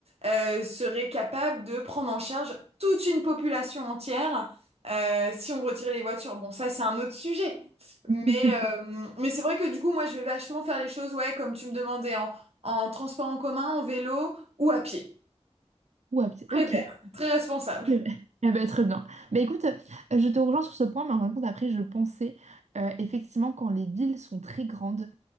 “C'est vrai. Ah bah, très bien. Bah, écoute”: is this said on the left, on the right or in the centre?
Right